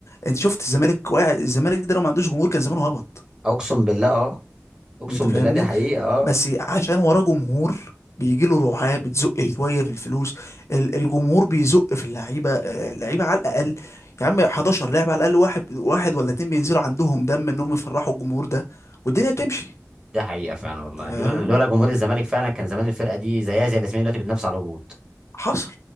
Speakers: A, on the left; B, on the right.
A: انت شفت الزمالك واقع الزمالك ده لو ما عندوش جمهور كان زمانه هبط
B: اقسم بالله اه اقسم
A: انت فاهمني
B: بالله دي حقيقه اه
A: بس عشان وراه جمهور بيجي له رعاة بتزق شويه في الفلوس ال- الجمهور بيزق في اللعيبه آه، اللعيبه على الاقل يا عم 11 لاعب على الاقل واحد واحد ولا اتنين بينزلوا عندهم دم انهم يفرحوا الجمهور ده والدنيا بتمشي
B: ده حقيقة فعلا والله
A: تمام
B: لولا لولا جمهور الزمالك فعلا كان زمان الفرقة دي زيها زي الاسماعيلي دلوقتي بتنافس على الهبوط
A: حصل